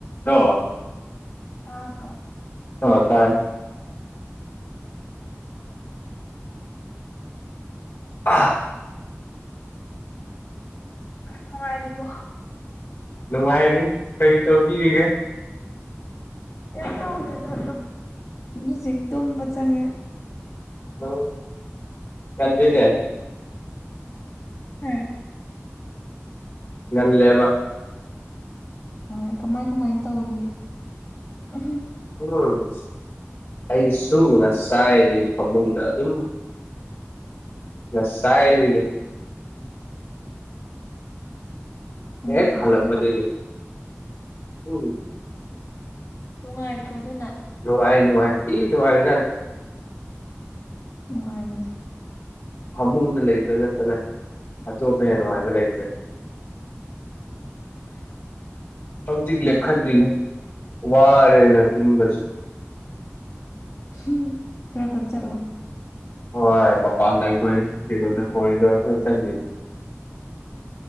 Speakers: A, on the left; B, on the left.
A: ꯑ
B: ꯇꯥꯕ꯭ꯔꯣ
A: ꯍ ꯇꯥꯏꯌꯦꯦ ꯑ
B: ꯅꯉꯔꯤꯕ
A: ꯅꯨꯡꯉꯥꯏꯔꯤ ꯀꯔꯤ ꯇꯧꯕꯤꯔꯤꯒꯦ
B: ꯀ ꯇꯧꯒꯦꯗ ꯍꯧꯖꯤꯛ ꯇꯨꯝꯕ ꯆꯪꯉꯦ
A: ꯎ ꯀꯟꯅꯦꯦ
B: ꯍꯝ
A: ꯉꯟꯂꯦꯕ
B: ꯍꯣꯏ ꯀꯃꯥꯏ ꯀꯃꯥꯏꯅ ꯇꯧꯔꯤꯒꯦ ꯎ
A: ꯎꯝ ꯑꯩꯁꯨ ꯉꯁꯥꯏ ꯑꯗꯒꯤ ꯐꯃꯨꯡꯗ ꯑꯗꯨꯝ ꯁꯁꯥꯏꯒꯤ
B: ꯅꯨꯡꯉꯥꯏꯇ꯭ꯔꯣ
A: ꯍꯦꯛ ꯍꯂꯛꯄꯖꯦꯒꯦ
B: ꯑꯗꯨꯅ
A: ꯎꯝ
B: ꯇꯨꯡꯉꯥꯏꯣ ꯑꯗꯨꯅ ꯅ
A: ꯅꯨꯡꯍꯥꯏ ꯅꯨꯡꯍꯥꯏ ꯊ ꯋꯥꯥꯏꯦꯒ
B: ꯅꯨꯡꯉꯥꯏꯕꯅꯦ
A: ꯐꯃꯨꯡꯗ ꯂꯩꯕ ꯅꯠꯇꯅ ꯑꯇꯣꯞꯄ ꯍꯦꯟꯅ ꯍꯥꯏꯕ ꯂꯩꯇꯦ ꯑ ꯍꯧꯖꯤꯛ ꯂꯦꯞꯈꯜꯂꯤꯗ꯭ꯅꯦ ꯋꯥꯔꯦꯅ ꯇꯨꯝꯕꯁꯨ
B: ꯎꯝ ꯊꯔꯀ ꯆꯠꯂꯣ
A: ꯍꯣꯏ ꯃꯄꯥꯟꯗ ꯑꯩꯈꯣꯏ ꯐꯣꯗ ꯀꯣꯔꯤꯗ ꯑꯩꯈꯣꯏ ꯆꯂꯤꯅꯤ